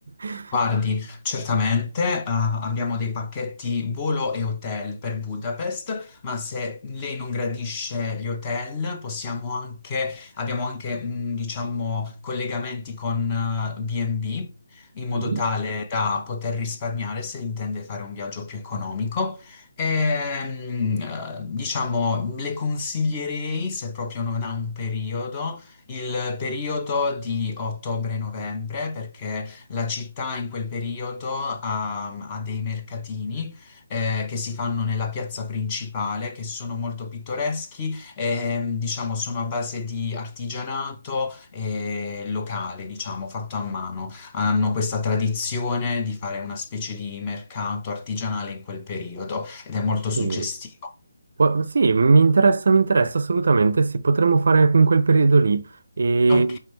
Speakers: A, on the right; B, on the left.
A: <laughs>
B: Guardi, certamente, eh, abbiamo dei pacchetti volo e hotel per Budapest, ma se lei non gradisce gli hotel, possiamo anche, abbiamo anche, mm, diciamo, collegamenti con eh, B&B, in
A: Mhm.
B: modo tale da poter risparmiare se intende fare un viaggio più economico. E, mm, eh, diciamo, le consiglierei, se proprio non ha un periodo, il periodo di ottobre-novembre, perché la città in quel periodo ha, ha dei mercatini eh, che si fanno nella piazza principale, che sono molto pittoreschi, e, diciamo sono a base di artigianato eh, locale, diciamo, fatto a mano. Hanno questa tradizione di fare una specie di mercato artigianale in quel periodo ed è molto suggestivo.
A: Mm. Qua- Sì, mi interessa, mi interessa assolutamente, sì, potremmo fare in quel periodo lì. E
B: Ok,